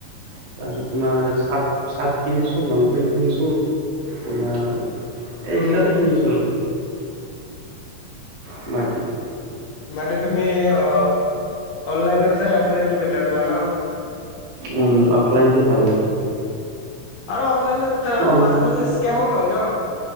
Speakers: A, on the right; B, on the left.
A: তাৰপিছত তোমাৰ চাট চাৰ্ট কিনিছো, লং পেন্ট কিনিছো, তোমাৰ
B: উম,
A: এইবিলাকেই কিনিছো আৰু না
B: মানে তুমি অ অনলাইনৰ চাই অফলাইনটো বেটাৰ পোৱা ন
A: উম অফলাইনতো ভাল লাগে
B: আৰু অনলাইন তাত
A: অন
B: মাজে মাজে ইচকেমো হয় ন